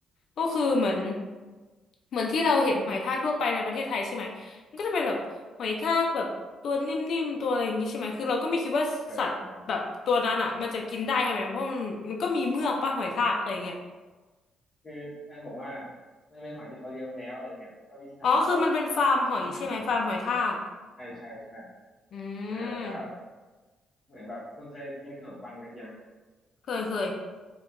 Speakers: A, on the left; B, on the left.
A: ก็คือเหมือนเหมือนที่เราเห็นหอยทากทั่วไปในประเทศไทยใช่ไหมมันก็จะเป็นแบบหอยทากแบบตัวนิ่มๆตัวอะไรอย่างงี้ใช่ไหมคือเราก็ไม่คิดว่าสัตว์แบบตัวนั้นอ่ะมันจะกินได้ใช่ไหมเพราะมันมันก็มีเมือกป่ะหอยทากอะไรเงี้ย
B: เออคือแฟนบอกว่ามันเป็นหอยที่เขาเลี้ยงมาแล้วอะไรเงี้ยแล้วก็วิธีทำก็แบบ
A: อ๋อคือมันเป็นฟาร์มหอยใช่ไหมฟาร์มหอยทาก
B: เหมือนใช่ใช่ใช่
A: อื
B: เออแล้วก็
A: ม
B: เหมือนแบบคุณเคยกินขนมปังกระเทียมไหม
A: เคยเคย